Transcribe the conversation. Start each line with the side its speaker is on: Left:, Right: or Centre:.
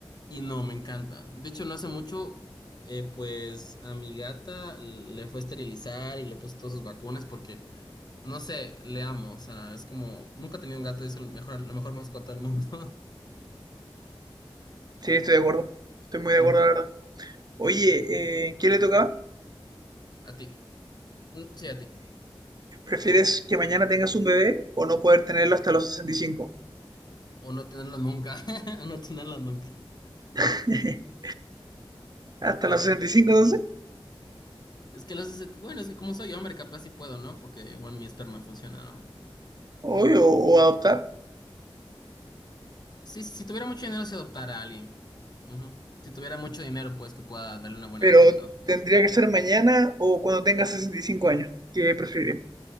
Left: y no, me encanta. De hecho, no hace mucho, eh, pues a mi gata le fue a esterilizar y le puse todas sus vacunas porque, no sé, le amo. O sea, es como, nunca he tenido un gato y es el mejor, la mejor mascota del mundo.
Right: Sí, estoy
Left: <laughs>
Right: de acuerdo. Estoy muy de acuerdo,
Left: Ujú.
Right: la verdad. Oye, eh, ¿quién le tocaba?
Left: A ti. Mm, Sí, a ti.
Right: ¿Prefieres que mañana tengas un bebé o no poder tenerlo hasta los sesenta y cinco,
Left: O no tenerlas nunca. <laughs> O no tenerlas nunca.
Right: <laughs> ¿Hasta
Left: Eh,
Right: los 65 entonces?
Left: es que los... es- Bueno, es que como soy hombre, capaz sí puedo, ¿no? Porque igual mi esperma funciona, ¿no?
Right: Obvio, o adoptar.
Left: Sí, si tuviera mucho dinero, se adoptara a alguien. Ujú. Si tuviera mucho dinero, pues que pueda darle una buena
Right: Pero
Left: vida y todo.
Right: tendría que ser mañana o cuando tengas 65 años. ¿Qué preferiría?